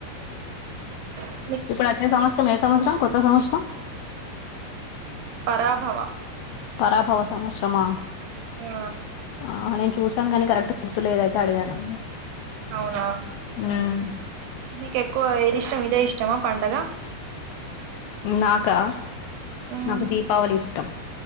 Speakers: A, on the right (about 75°); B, on the left (about 80°).
A: అ
B: ఇప్పుడు అదే సంవత్సరం ఏ సంవత్సరం కొత్త సంవత్సరం
A: పరాభవ
B: పరాభవ సంవత్స్రమా
A: ఆ
B: ఆ నేను చూసాను కానీ కరెక్ట్ గుర్తులేదు అయితే అడిగాను
A: అవునా
B: ఉమ్,
A: మీకు ఎక్కువ ఏది ఇష్టం ఇదే ఇష్టమా పండగ
B: నాకా
A: మ్మ్
B: నాకు దీపావళి ఇష్టం